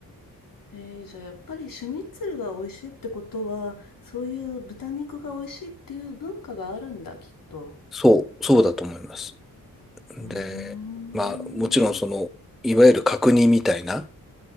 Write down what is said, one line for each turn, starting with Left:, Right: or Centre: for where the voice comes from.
Left: えー、じゃあやっぱりシュニッツェルが美味しいってことは、そういう豚肉が美味しいっていう文化があるんだ、きっと。
Centre: そう、そうだと思います。
Left: うーん。
Centre: で、まあ、もちろんその、いわゆる角煮みたいな、